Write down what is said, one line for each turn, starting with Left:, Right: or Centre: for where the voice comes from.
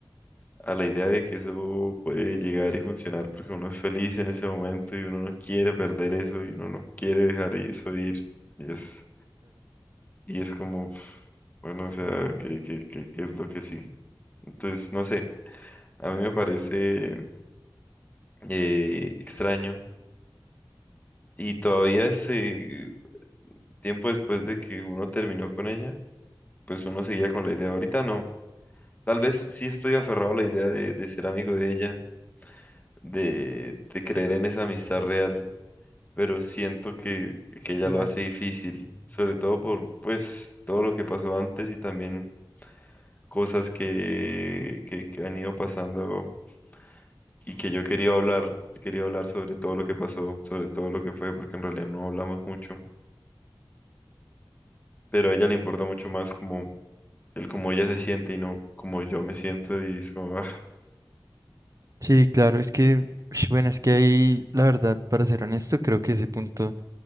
Left: a la idea de que eso puede llegar y funcionar porque uno es feliz en ese momento y uno no quiere perder eso y uno no quiere dejar eso ir. Y es, y es como, pf, bueno, o sea, ¿qué, qué, qué, qué es lo que sigue? Entonces, no sé, a mí me parece eh, extraño. Y todavía se, tiempo después de que uno terminó con ella, pues uno seguía con la idea. Ahorita no. Tal vez sí estoy aferrado a la idea de, de ser amigo de ella, de, de creer en esa amistad real, pero siento que, que ella
Right: Claro.
Left: lo hace difícil, sobre todo por pues todo lo que pasó antes y también cosas que, que, que han ido pasando y que yo quería hablar, quería hablar sobre todo lo que pasó, sobre todo lo que fue, porque en realidad no hablamos mucho, pero a ella le importa mucho más como el cómo ella se siente y no como yo me siento y es como, ah.
Right: Sí, claro, es que, ush, bueno, es que ahí, la verdad, para ser honesto, creo que ese punto